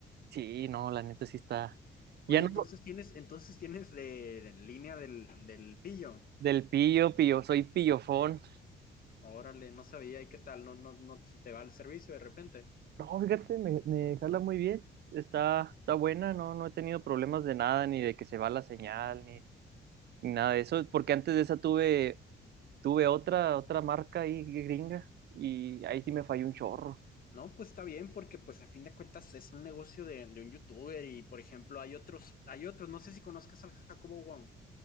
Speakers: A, on the right; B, on the left.
A: Sí, no, la neta sí está.
B: Oye,
A: Ya no,
B: entonces tienes, entonces tienes de, línea del, del pillo.
A: del pillo, pillo, soy pillofón.
B: Órale, no sabía, ¿y qué tal? No, no, no se te va el servicio de repente.
A: No, fíjate, me, me jala muy bien. Está, está buena, no, no he tenido problemas de nada, ni de que se va la señal, ni, ni nada de eso, porque antes de esa tuve, tuve otra, otra marca ahí gringa y ahí sí me falló un chorro.
B: No, pues está bien, porque pues a fin de cuentas es un negocio de, de un youtuber y, por ejemplo, hay otros, hay otros, no sé si conozcas al Jacobo Wong.